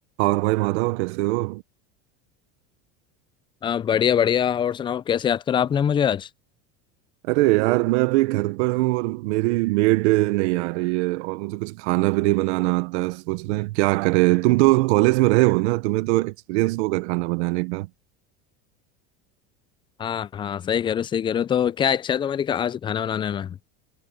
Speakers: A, on the right; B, on the left.
A: और भाई माधव कैसे हो
B: आ, बढ़िया बढ़िया और सुनाओ कैसे याद करा आपने मुझे आज
A: अरे यार मैं अभी घर पर हूँ और मेरी मेड नहीं आ रही है और मुझे कुछ खाना भी नहीं बनाना आता है सोच रहे हैं क्या करें तुम तो कॉलेज में रहे हो ना तुम्हें तो एक्सपीरियंस होगा खाना बनाने का
B: हाँ हाँ सही कह रहे हो सही कह रहे हो तो क्या इच्छा है तुम्हारी का- आज खाना बनाने में